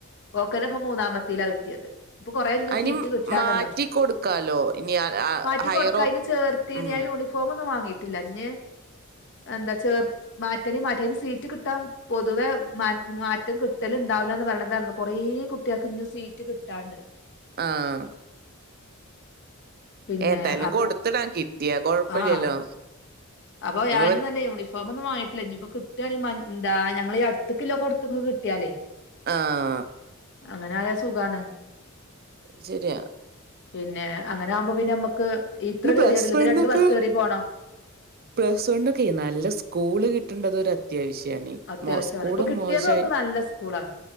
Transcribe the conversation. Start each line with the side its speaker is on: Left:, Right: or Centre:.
Left: ഓക്കന്നെ ഇപ്പം മൂന്നാമത്തേ ലാ കിട്ടിയേത് ഇപ്പൊ കൊറേ ഇഞ്ഞും
Right: അയിനി
Left: സീറ്റ് കിട്ടാണ്ടല്ലോ
Right: മാറ്റി കൊടുക്കാലോ. ഇനി അ അ
Left: മാറ്റി
Right: ഹയറോ
Left: കൊടുക്കാ അയ്ന് ചേർത്തീണ്
Right: ഉം.
Left: ഞാൻ യൂണി ഫോമൊന്നും വങ്ങിട്ടില്ല ഇഞ്ഞ് എന്താ ചേർ മാറ്റണേ മാ റ്റ അയ്ന് സീറ്റ് കിട്ടാൻ പൊതുവെ മാ മാറ്റം കിട്ടല് ണ്ടാവില്ല ന്ന് പറയ്ണ് എന്താന്നേ കൊറേ കുട്ടിയോൾക്ക് ഇഞ്ഞും സീറ്റ് റ്റ് കിട്ടാണ്ട്
Right: ആഹ്
Left: പിന്നെ
Right: ഏന്തായാലും
Left: അപ്പൊ
Right: കൊടുത്തിടാ കിട്ടിയാ കൊഴപ്പല്ലല്ലോ
Left: ആഹ് അപ്പൊ ഞാനും
Right: ഇപ്പൊ വെ-
Left: തന്നെ യൂണി ഫോ മൊന്നും വാങ്ങട്ടില്ല ഇഞ്ഞ് ഇപ്പം കിട്ടാണങ്കി മ എന്താ ഞങ്ങള ഈ അടുത്ത് ക്ക് ള്ളോട് ത്ത് ക്ക് കിട്ടിയാലേ
Right: ആഹ്
Left: അങ്ങനെ ആയാ സുഖാണ്
Right: അഹ് ശരിയാ
Left: പിന്നെ അങ്ങനെ ആകുമ്പോ പിന്നെ നമ്മക്ക് ഇത്ര
Right: പിന്നെ
Left: കതിയേട്ല്ല
Right: പ്ലസ് വണ്ണൊക്കെ
Left: ഇത് രണ്ട് ബസ്സ് കേറി പോണം
Right: പ്ലസ് വൺ ഒക്കെ നല്ല സ്കൂള് കി ട്ട്ണ്ടത് ഒരു അത്യാവിശ്യാണേ
Left: അത്യാവശ്യമാണ്
Right: മോ സ്കൂളും
Left: ഇപ്പൊ കിട്ടിയത്
Right: മോശമായി
Left: ഓക്ക് നല്ല സ്കൂളാണ്